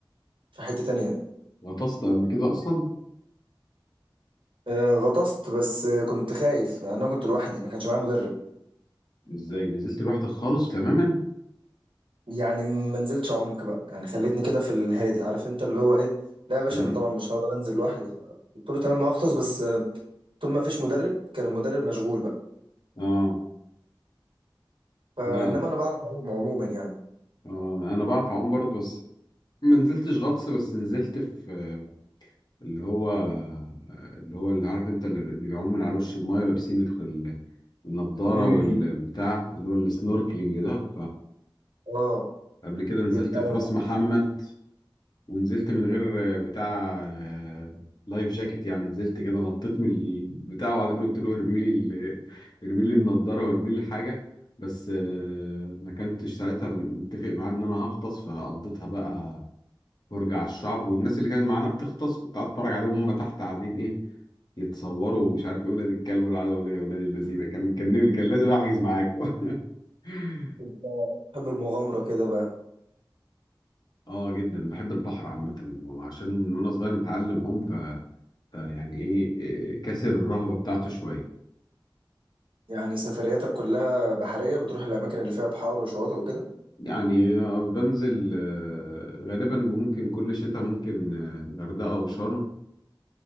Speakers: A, on the right; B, on the left.
A: في حتة تانية
B: غطست قبل كده أصلا
A: آه، غطست بس آه، كنت خايف أنا كنت لوحدي ما كانش معايا مدرب
B: إزاي نزلت لوحدك خالص تماما
A: يعني ما نزلتش عمق بقى يعني خليتني كده في الهادي عارف انت اللي هو ايه لا يا باشا
B: امم
A: انا طبعا مش هقدر انزل لوحدي قلت له تمام هغطس بس آه، طول ما فيش مدرب كان المدرب مشغول بقى
B: آه
A: فانما
B: لا
A: انا بعرف اعوم عموما يعني
B: آه أنا بعرف أعوم برضه بس ما نزلتش غطس بس نزلت في اللي هو اللي هو اللي عارف أنت اللي بيعوم من على وش الماية لابسين الخ- النضارة
A: امم
B: والبتاع اللي هو السنوركلينج ده
A: اه
B: قبل كده نزلت
A: يبقى
B: في راس محمد ونزلت من غير آه، بتاع آه، لايف جاكيت يعني نزلت كده نطيت من البتاع وبعدين قلت له ارمي لي ال- ارمي لي النضاره وارمي لي الحاجه بس آه، ما كنتش ساعتها متفق معاه ان انا هغطس فقضيتها بقى فرجة على الشعب والناس اللي كانت معانا بتغطس كنت قاعد اتفرج عليهم هم تحت قاعدين ايه يتصوروا ومش عارف ايه ولاد الكلب ولا عادة ولا ايه يا ولاد اللذينه كان كان كان لازم احجز معاكم <laughs>
A: انت تحب المغامره كده بقى
B: اه جدا بحب البحر عامة وعشان من وانا صغير متعلم هم ف... ف يعني ايه إيه، كسر الرهبة بتاعته شوية
A: يعني سفرياتك كلها بحريه بتروح الاماكن اللي فيها بحار وشواطئ وكده
B: يعني آه، بنزل آه، غالبا ممكن كل شتاء ممكن آه، غردقة او شرم